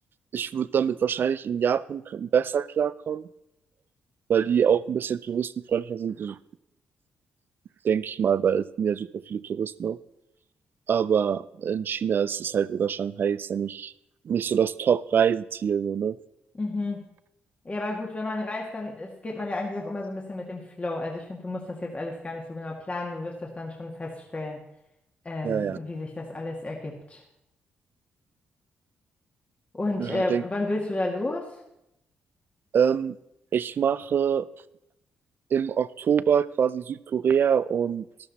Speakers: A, on the right; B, on the left.
A: Ich würde damit wahrscheinlich in Japan k- besser klarkommen, weil die auch ein bisschen touristenfreundlicher sind, also, denke ich mal, weil es sind ja super viele Touristen auch. Aber in China ist es halt, oder Shanghai ist ja nicht, nicht so das Top-Reiseziel, so, ne?
B: Mhm. Ja, aber gut, wenn man reist, dann ist, geht man ja eigentlich auch immer so ein bisschen mit dem Flow. Also ich finde, du musst das jetzt alles gar nicht so genau planen. Du wirst das dann schon feststellen, ähm,
A: Ja, ja.
B: wie sich das alles ergibt. Und
A: ja
B: äh,
A: denk,
B: wann willst du da los?
A: ähm, ich mache im Oktober quasi Südkorea und